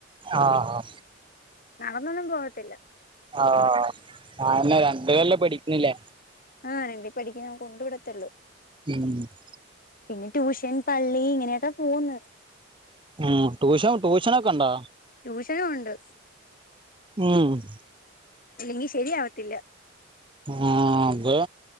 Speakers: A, on the right; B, on the left.
A: ആഹ ആ
B: നടന്നൊന്നും പോകത്തില്ല
A: ആഹ് അയന്നെ രണ്ട്ലല്ലേ പടിക്ക്ണ്ല്ലേ
B: ആഹ് രണ്ടി പഠിക്ക്ണ് ഞാൻ കൊണ്ട് വിടത്തൊള്ളൂ.
A: എ <unintelligible>
B: പിന്നെ ട്യൂഷൻ, പള്ളി ഇങ്ങനെയൊക്കെ പോക്ന്ന്
A: ഉം ട്യൂഷൻ ട്യൂഷനൊക്കെണ്ടോ
B: ട്യൂഷനോവ്ണ്ട്
A: ഉം
B: ഇല്ലെങ്കി ശരിയാവത്തില്ല
A: ആഹ് അതെ